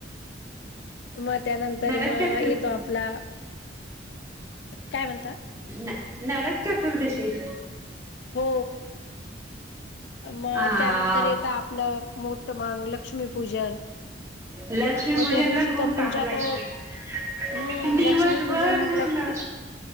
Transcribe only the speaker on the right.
नरक
चतुर्थी
न नरक चतुर्दशी.
हा
लक्ष्मी
पूजनला
खूप
काम लागत्यात.
दिवसभर
उरलं.